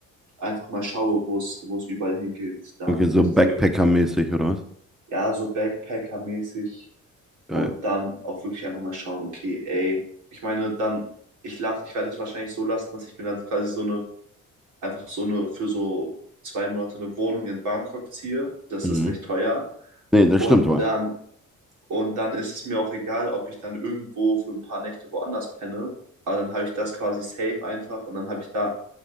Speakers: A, on the right; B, in the centre.
A: einfach mal schaue, wo es, wo es überall hingeht. Dann
B: Okay, so
A: diese,
B: Backpacker-mäßig, oder was?
A: ja, so Backpacker-mäßig
B: Geil.
A: und dann auch wirklich einfach mal schauen, okay, ey, ich meine, dann, ich lasse, ich werde es wahrscheinlich so lassen, dass ich mir dann quasi so eine, einfach so eine, für so zwei Monate eine Wohnung in Bangkok ziehe. Das
B: Mhm.
A: ist nicht teuer.
B: Nee, das
A: Und
B: stimmt wohl.
A: dann und dann ist es mir auch egal, ob ich dann irgendwo für ein paar Nächte woanders penne. Aber dann habe ich das quasi safe einfach und dann habe ich da